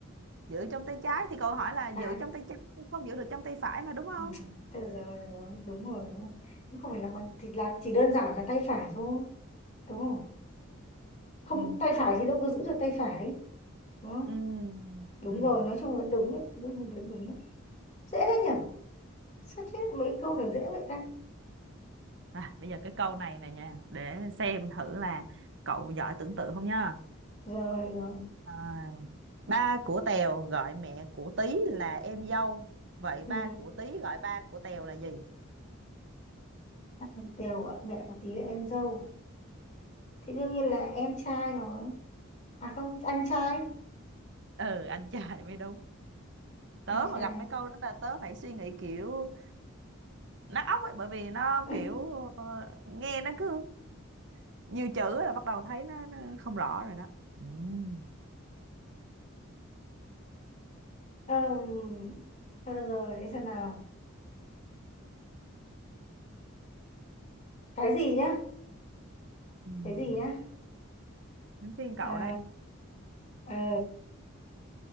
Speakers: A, on the right; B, on the left.
A: giữ trong tay trái thì câu hỏi là giữ
B: à
A: trong tay trái không giữ được trong tay phải mà đúng không
B: ừ, thế được rồi, được rồi đúng rồi đúng rồi nhưng không phải lòng bàn thì là chỉ đơn giản là tay phải thôi đúng không không
A: Ừ.
B: tay phải thì đâu có giữ được tay phải đúng không
A: Ừ.
B: đúng
A: Ừ.
B: rồi nói chung là đúng đấy đúng đúng đúng đấy dễ đấy nhỉ sao chết mấy câu này dễ vậy ta
A: À, bây giờ cái câu này này nha để xem thử là cậu giỏi tưởng tượng không nha
B: rồi rồi
A: à, ba của Tèo gọi mẹ của Tí là em dâu vậy ba
B: ừ.
A: của Tí gọi ba của Tèo là gì
B: làm Đều gọi mẹ một tí là em dâu thì đương nhiên là em trai rồi à không anh trai
A: ừ anh trai mới đúng tớ
B: anh trai
A: mà gặp mấy câu đó là tớ phải suy nghĩ kiểu nát óc ấy bởi vì nó
B: <laughs>
A: kiểu ờ, nghe nó cứ nhiều chữ là bắt đầu thấy nó, nó không rõ rồi đó Ừm,
B: um, thôi được rồi để xem nào cái gì nhá
A: ừm.
B: cái gì nhá
A: đến phiên
B: à
A: cậu đấy
B: ờ